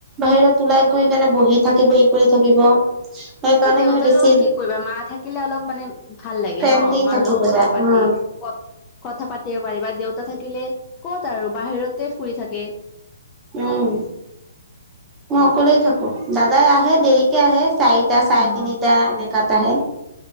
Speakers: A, on the right (about 15°); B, on the left (about 25°).
A: বাহিৰত ওলাই গৈ কেনে বহি থাকিব ই কৰি থাকিব। সেইকাৰণে
B: এই দেউতাৰ
A: মানে বেছি
B: লগত কি কৰিবা মা থাকিলে অলপ মানে ভাল লাগে
A: ফ্ৰেণ্ডলি
B: ন মাৰ
A: থাকিব
B: লগো কথা
A: যায়
B: পাতি
A: উম,
B: কথা পাতি পাৰিব দেউতা থাকিলে ক'ত আৰু বাহিৰতে ফুৰি থাকে।
A: উম মই অকলেই থাকো দাদাই আহে দেৰিকে আহে চাৰিটা চাৰে
B: অ
A: তিনিটা এনেকাত আহে